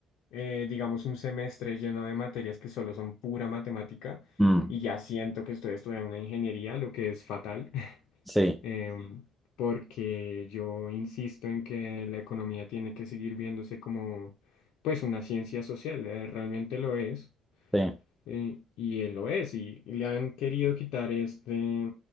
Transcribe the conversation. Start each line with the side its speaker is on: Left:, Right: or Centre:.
Left: eh, digamos, un semestre lleno de materias que solo son pura matemática
Centre: Mm,
Left: y ya siento que estoy estudiando una ingeniería, lo que es fatal.
Centre: sí,
Left: em, porque yo insisto en que la economía tiene que seguir viéndose como pues una ciencia social, eh, realmente lo es,
Centre: sí,
Left: eh, y él lo es, y, y le han querido quitar este,